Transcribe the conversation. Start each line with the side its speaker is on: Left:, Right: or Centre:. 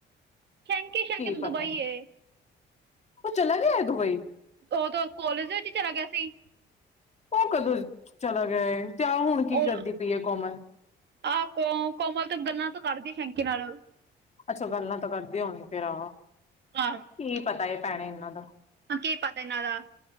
Right: ਸ਼ੈਂਕੀ ਸ਼ੈਂਕੀ
Left: ਕੀ
Right: ਤਾਂ
Left: ਪਤਾ
Right: ਦੁਬਈ
Left: ਹੈ
Right: ਏ
Left: ਉਹ ਚਲਾ ਗਿਆ ਦੁਬਈ।
Right: ਉਦੋਂ ਕੋਲੇਜ ਵਿੱਚ ਹੀ ਚਲਾ ਗਿਆ ਸੀ।
Left: ਉਹ ਕਦੋਂ ਚਲਾ ਗਿਆ ਹੈ ਤੇ ਆ ਹੁਣ ਕੀ
Right: ਉਹ
Left: ਕਰਦੀ ਪਈ ਹੈ ਕੋਮਲ।
Right: ਆਹ ਕੋ ਕੋਮਲ ਤੇ ਗੱਲਾਂ ਤੋਂ ਕਰਦੀ ਸ਼ੈਂਕੇ ਨਾਲ।
Left: ਅੱਛਾ ਗੱਲਾਂ ਤਾਂ ਕਰਦੀ ਹੋਣੀ ਫੇਰ ਆਹ
Right: ਆਹ
Left: ਕੀ ਪਤਾ ਭੈਣੇ ਇਹਨਾਂ ਦਾ।
Right: ਕੀ ਪਤਾ ਇਹਨਾਂ ਦਾ।